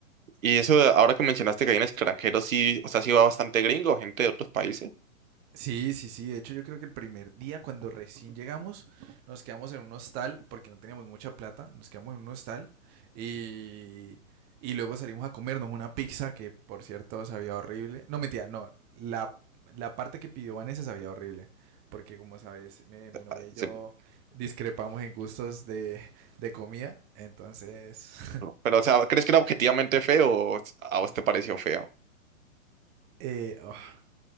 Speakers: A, on the right (about 70°); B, on the right (about 25°).
A: Y eso, de- ahora que mencionaste que hay en extranjero, sí, o sea, sí va bastante gringo, gente de otros países.
B: Sí, sí, sí. De hecho, yo creo que el primer día, cuando recién llegamos, nos quedamos en un hostal, porque no teníamos mucha plata, nos quedamos en un hostal y, y luego salimos a comernos una pizza que, por cierto, sabía horrible. No, mentira, no. La, la parte que pidió Vanessa sabía horrible, porque como sabes, mi, mi novia
A: Ah,
B: y yo
A: se-
B: discrepamos en gustos de, de comida, entonces,
A: Pero, o sea, ¿crees que era objetivamente feo o a vos te pareció feo?
B: <laughs> eh, oh,